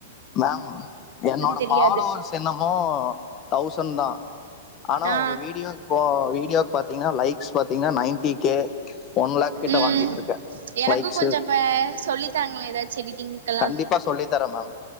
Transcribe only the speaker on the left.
மேம் என்னோட
ஃபாலோவர்ஸ் என்னமோ தௌசண்தா ஆனா
ஒரு வீடியோ ப்போ வீடியோக் பாத்தீங்கன்னா லைக் ஸ் பாத்தீங்கனா நைன்ட்டி கே ஒன்லேக் கிட்ட
வாங்கிட்டு இருக்கே
லைக்ஸு
கண்டிப்பா சொல்லித் தரே மேம்